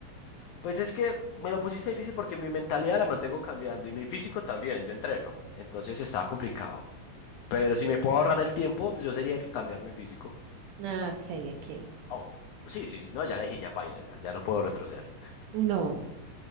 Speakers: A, on the left; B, on the right.
A: pues es que me lo pusiste difícil porque mi mentalidad la mantengo cambiando y mi físico también, yo entreno, entonces estaba complicado. Pero si me puedo ahorrar el tiempo, pues yo sería que cambiar mi físico.
B: Ah, Ok, ok.
A: Oh, sí, sí, sí, no, ya elegí, ya paila, ya, ya no puedo retroceder.
B: No.